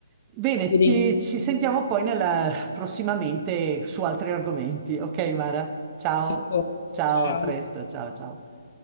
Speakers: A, on the right; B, on the left.
A: Bene,
B: ti ringrazio
A: ti- ci sentiamo poi nella- prossimamente su altri argomenti, ok Mara? Ciao,
B: ancora.
A: ciao,
B: Ciao.
A: a presto, ciao, ciao.